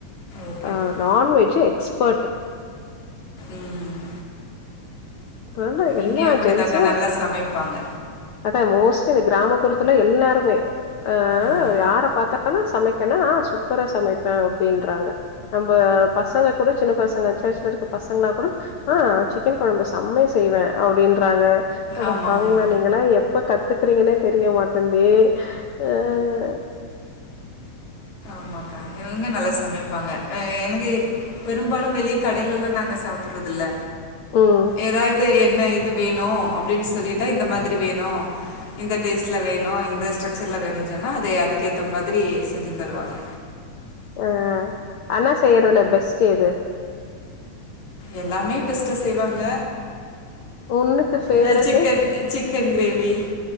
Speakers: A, on the left; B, on the left.
A: ஓகே
B: ஹாம்
A: ஓகே
B: நான்வெஜ்ஜ் எக்ஸ் பெட்டு
A: ம்
B: ந்து எல்லா
A: இங்கயு அப்படிதாக்கா
B: ஜென்ட்ஸு
A: நல்லா சமைப்பாங்க
B: அதா மோஸ் இந்த கிராமப்புறத்துல எல்லாருமே ஆஹ்
A: ஆமா
B: யார பார்த்தாலு சமைக்கனா சூப்பரா சமைப்பே அப்படின்றாங்க நம்ம பசங்க கூட சின்ன பசங்க சர்ச்ல இருக்க பசங்களா கூட ஆஹ் சிக்கன் கொழம்பு செமயா செய்வேன் அப்படின்றாங்க அட
A: ஆமா
B: பாவிங்களா
A: ஆமா
B: நீங்களா எப்ப கத்துக்கறீங்கன்னே தெரிய மாட்டேன் ஏய் அஹ்
A: ஆமாக்கா இவங்க நல்லா சமைப்பாங்க அ எனக்கு பெரும்பாலும் வெளியே கடயிலெல்லா நாங்க சாப்பிட்றதில்ல
B: ம்
A: ஏதாயிது ஏன் என்ன இது வேணு அப்படின்னு சொல்லிட்டா இந்த மாதிரி வேணு இந்த டேஸ்ட்டில் வேணு இந்த ஸ்ட்ரக்சர்ல வேணு சொன்னா அத அதுக்கேத்த மாதிரி செஞ்சு தருவாங்க
B: அஹ் அண்ணா செய்யறதுல பெஸ்ட் எது
A: எல்லாமே பெஸ்ட்டா செய்வாங்க
B: உன்னுக்கு ஃபேவரெட்டு
A: அ சிக்கன் சிக்கன் கிரேவி